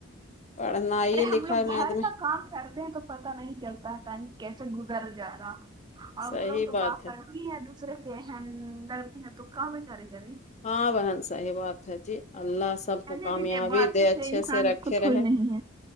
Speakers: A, on the left; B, on the right.
A: پڑھنا
B: ارے
A: ہی ہے
B: ہم
A: لکھا
B: لوگ
A: ہے
B: گھر
A: آد میں
B: کا کام کرتے ہیں تو پتہ نہیں چلتا ٹائم کیسے گزر جا رہا اور
A: صحیح
B: وہ لوگ تو
A: بات
B: باہر ای ہے دوسرے کے ہے ہمدرد تو کا بیچارے کرے
A: ہاں بہن صحیح بات ہے جی اللہ سے سب کو
B: رہنے
A: کامیابی
B: دیجیے بات
A: دے اچھے
B: انسان
A: سے رکھے
B: کو
A: رہے
B: تھوڑی نہیں